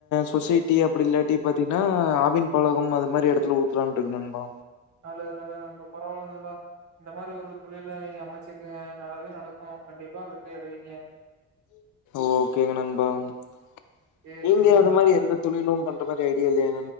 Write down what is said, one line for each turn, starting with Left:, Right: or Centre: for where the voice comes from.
Left: சொசைட்டி அப்டி இல்லாட்டி பாத்தீங்கன்னா ஆவின் பழகம் அது மாரி எடத்துல ஊத்துலாட்டு இருக்க நன்பா
Right: நல்லது நல்லது நண்பா பரவால்ல நண்பா இந்த மாரி ஒரு தொழில நீங்க அமைச்சுருக்கீங்க நல்லதே நடக்கு கண்டிப்பா வெற்றி அடைவீங்க
Left: ஓகேங்க நண்பா நீங்க
Right: சேரி சேரி நண்பா
Left: அது மாரி எந்த தொழிலும் பண் அந்த மாரி ஐடியா இல்லயா